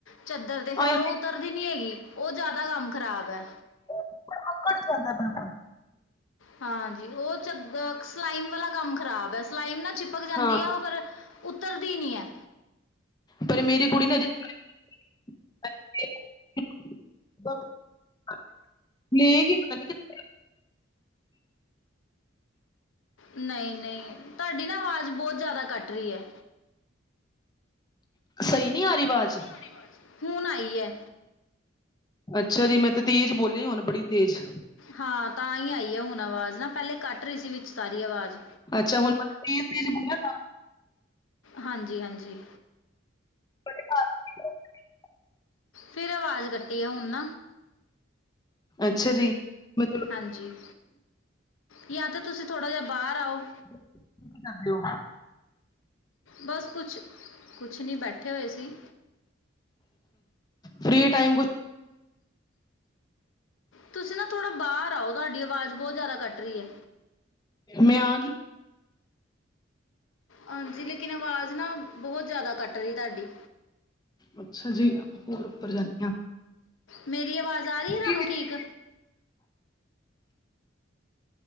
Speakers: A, on the left; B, on the left.
A: ਚਦਰ ਤੇ ਫੇਰ
B: ਆਏ
A: ਉਹ
B: ਹਾਏ,
A: ਉਤਰਦੀ ਨੀ ਹੈਗੀ ਉਹ ਜ਼ਿਆਦਾ ਕੰਮ ਖ਼ਰਾਬ ਐ
B: ਉਹ ਅਕੜ ਈ ਜਾਂਦਾ ਬਿਲਕੁਲ
A: ਹਾਂਜੀ ਉਹ ਚ ਸਲਾਈਮ ਵਾਲਾ ਕੰਮ ਖ਼ਰਾਬ ਐ ਸਲਾਈਮ ਨਾ ਚਿਪਕ ਜਾਂਦੀ
B: ਹਾਂ
A: ਆ ਉਹ ਫਿਰ ਉੱਤਰਦੀ ਈ ਨੀ ਐ
B: ਫਿਰ ਮੇਰੀ ਕੁੜੀ ਨੇ ਅਜੇ <unintelligible>
A: ਨਹੀਂ-ਨਹੀਂ ਤਾਡੀ ਨਾ ਆਵਾਜ਼ ਬਹੁਤ ਜ਼ਿਆਦਾ ਕੱਟ ਰਹੀ ਐ
B: ਸਹੀ ਨੀ ਆ ਰਹੀ ਵਾਜ਼
A: ਮੇਰੀ ਵਾਜ਼ ਹੁਨ ਆਈ ਐ
B: ਅੱਛਾ ਜੀ, ਮੈਂ ਤਾਂ ਤੇਜ ਬੋਲੀ ਹੁਨ ਬੜੀ ਤੇਜ਼
A: ਹਾਂ ਤਾਂ ਈ ਆਈ ਐ ਹੁਨ ਆਵਾਜ਼ ਨਾ ਪਹਿਲੇ ਕੱਟ ਰਹੀ ਸੀ ਵਿੱਚ ਸਾਰੀ ਆਵਾਜ਼
B: ਅੱਛਾ ਹੁਨ, ਮੈ ਤੇਜ ਤੇਜ ਬੋਲੀ ਆ ਤਾ
A: ਹਾਂਜੀ ਹਾਂਜੀ।
B: <unintelligible>
A: ਫਿਰ ਆਵਾਜ਼ ਕੱਟੀ ਐ ਹੁਨ
B: ਅੱਛਾ ਜੀ, ਮਤਲਬ
A: ਹਾਂਜੀ, ਯਾ ਤਾਂ ਤੁਸੀਂ ਥੋੜ੍ਹਾ ਜਿਆ ਬਾਹਰ ਆਓ
B: ਤੁਸੀ ਕਰਲਿੳ
A: ਬਸ ਕੁਛ ਕੁਛ ਨੀ ਬੈਠੇ ਹੋਏ ਸੀ
B: ਫਰੀ ਟਾਈਮ ਕੁਛ
A: ਤੁਸੀਂ ਨਾ ਥੋੜਾ ਬਾਹਰ ਆਓ, ਤੁਹਾਡੀ ਆਵਾਜ਼ ਬਹੁਤ ਜ਼ਿਆਦਾ ਕੱਟ ਰਹੀ ਐ
B: ਮੈਂ ਆਗੀ
A: ਹਾਂਜੀ, ਲੇਕਿਨ ਆਵਾਜ਼ ਨਾ ਬਹੁਤ ਜ਼ਿਆਦਾ ਕੱਟ ਰਹੀ ਤਾਡੀ
B: ਅੱਛਾ, ਜੀ ਹੋਰ ਉੱਪਰ ਜਾਨੀ ਆ
A: ਮੇਰੀ ਆਵਾਜ਼ ਆ ਰਹੀ
B: ਫ੍ਰੀ
A: ਏ, ਤਾਹਨੂੰ
B: ਟਾਈਮ
A: ਠੀਕ